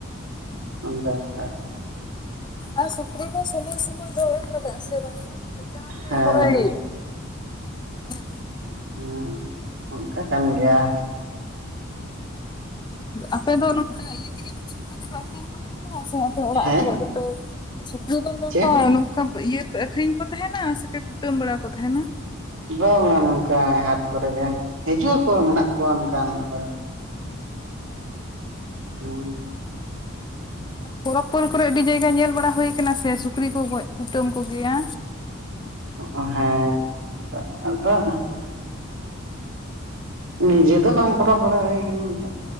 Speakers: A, on the right; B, on the left.
A: ᱚᱱᱠᱟ ᱵᱮᱯᱟᱨ
B: ᱟᱨ ᱥᱩᱠᱨᱤ ᱫᱚ ᱥᱚᱢᱚᱭ ᱥᱚᱢᱚᱭ ᱡᱚᱢ ᱮᱢ ᱞᱟᱜᱟᱜᱼᱟ ᱥᱮ ᱵᱟᱝᱠᱷᱟᱱ ᱪᱮᱪᱟᱣᱛᱮ
A: ᱦᱮᱸ
B: ᱯᱩᱨᱟᱹᱭ ᱚᱲᱟᱜ
A: ᱦᱩᱸ ᱚᱱᱠᱟ ᱠᱟᱱ ᱜᱮᱭᱟ
B: ᱟᱯᱮ ᱫᱚ ᱱᱚᱝᱠᱟ ᱤᱭᱟᱹ ᱛᱮᱜᱮ ᱯᱮ ᱥᱩᱠᱨᱤ ᱫᱚᱯᱮ ᱟᱹᱠᱷᱨᱤᱧ ᱠᱚ ᱛᱟᱦᱚᱞᱮ ᱥᱮ ᱟᱯᱮ ᱚᱲᱟᱜ
A: ᱦᱮᱸ
B: ᱠᱚᱨᱮ ᱜᱮᱯᱮ ᱥᱩᱠᱨᱤ ᱫᱚᱧ ᱢᱮᱱ
A: ᱪᱮᱫ
B: ᱮᱫᱟ ᱱᱚᱝᱠᱟ ᱤᱭᱟᱹ ᱯᱮ ᱟᱠᱷᱨᱤᱧ ᱠᱚ ᱛᱟᱦᱮᱱᱟ ᱥᱮᱯᱮ ᱠᱩᱴᱟᱹᱢ ᱵᱟᱲᱟ ᱠᱚ ᱛᱟᱦᱮᱱᱟ?
A: ᱵᱟᱝ ᱵᱟᱝ ᱱᱚᱝᱠᱟ ᱦᱟᱴ ᱠᱚᱨᱮ ᱜᱮ ᱦᱤᱡᱩᱜ ᱟᱠᱚ ᱢᱮᱱᱟᱜ ᱠᱚᱣᱟ ᱚᱱᱠᱟᱱ ᱦᱚᱲ ᱦᱩᱸ
B: ᱯᱚᱨᱚᱵᱽ ᱯᱟᱹᱞ ᱠᱚᱨᱮ ᱟᱹᱰᱤ ᱡᱟᱭᱜᱟ ᱧᱮᱞ ᱵᱟᱲᱟ ᱦᱩᱭᱠᱟᱱᱟ ᱥᱮ ᱥᱩᱠᱨᱤ ᱠᱚ ᱜᱚᱡ ᱠᱩᱴᱟᱹᱢ ᱠᱚ ᱜᱮᱭᱟ
A: ᱚ ᱦᱮᱸ ᱛᱚ ᱚᱱᱟᱫᱚ ᱱᱤᱡᱮ ᱫᱚ ᱵᱟᱝ ᱠᱚᱨᱟᱣ ᱵᱟᱲᱟ ᱦᱩᱭ ᱠᱟᱱᱟ ᱛᱚ